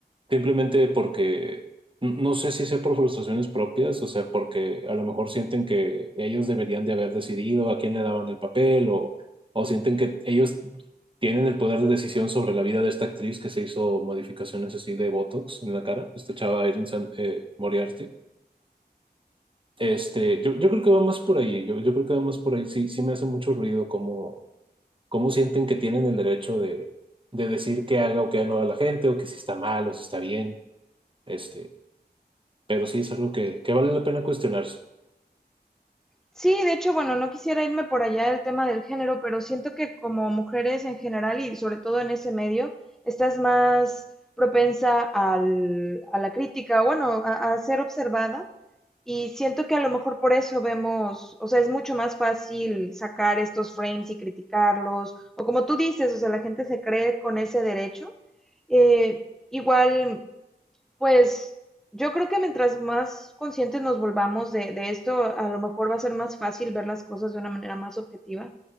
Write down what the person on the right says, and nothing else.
Simplemente porque n- no sé si sea por frustraciones propias, o sea, porque a lo mejor sienten que ellos deberían de haber decidido a quién le daban el papel o, o sienten que ellos tienen el poder de decisión sobre la vida de esta actriz que se hizo modificaciones así de Botox en la cara, esta chava Erin San- eh, Moriarty. Este, yo, yo creo que va más por ahí, yo, yo creo que va más por ahí, sí, sí me hace mucho ruido cómo, cómo sienten que tienen el derecho de, de decir qué haga o qué no haga la gente o que si está mal o si está bien. Este, Pero sí es algo que, que vale la pena cuestionarse.